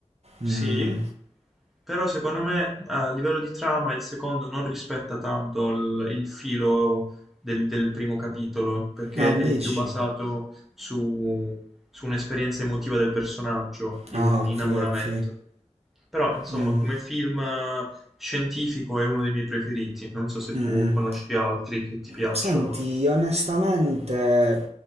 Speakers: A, in the centre; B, on the right.
A: Sì,
B: mm.
A: però secondo me a livello di trama il secondo non rispetta tanto il, il filo del, del primo capitolo, perché
B: Ah, dici?
A: è più basato su, su un'esperienza emotiva del personaggio, di
B: Ah,
A: un
B: ok,
A: innamoramento.
B: ok.
A: Però, insomma,
B: Mm,
A: come film eh, scientifico è uno dei miei preferiti. Non so se
B: mm,
A: tu
B: mm.
A: conosci altri che ti piacciono.
B: Senti, onestamente,